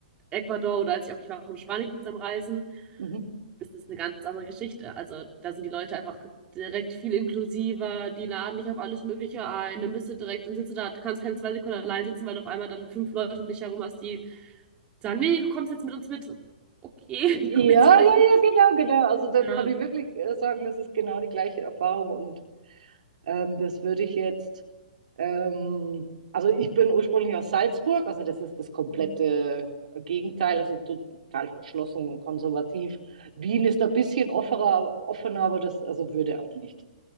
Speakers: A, on the right (about 25°); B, on the right (about 70°).
A: Ecuador oder als ich auch, ich war auch in Spanien kurz am Reisen,
B: Mhm.
A: ist das eine ganz andere Geschichte. Also da sind die Leute einfach direkt viel inklusiver, die laden dich auf alles Mögliche ein, dann bist du direkt und sitzt du da, du kannst keine zwei Sekunden allein sitzen, weil du auf einmal dann fünf Leute um dich herum hast, die sagen, nee, du kommst jetzt mit uns mit. So, Okay, <laughs> ich
B: Ja,
A: komme jetzt mit
B: ja,
A: euch
B: ja,
A: mit.
B: genau, genau. Also da
A: Ja,
B: kann ich wirklich äh, sagen, das ist genau die gleiche Erfahrung. Und ähm, das würde ich jetzt, ähm, also ich bin ursprünglich aus Salzburg, also das ist das komplette
A: Mhm.
B: Gegenteil, also total verschlossen und konservativ. Wien ist ein bisschen offener, offener, aber das also würde auch nicht.